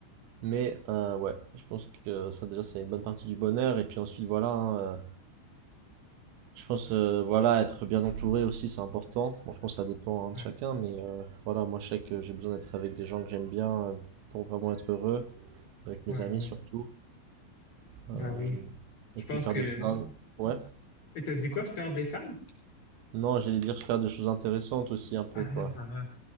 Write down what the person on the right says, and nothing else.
Mais euh, ouais, je pense que ça déjà c'est une bonne partie du bonheur. Et puis ensuite voilà, hein, euh, je pense euh, voilà être bien entouré aussi c'est important. Bon je pense que ça dépend hein,
de chacun, mais euh, voilà moi je sais que j'ai besoin d'être avec des gens que j'aime bien euh, pour vraiment être heureux, avec
mes amis
surtout. Euh,
et
puis faire
des choses. Ouais.
Non j'allais dire faire des choses intéressantes aussi un peu
quoi.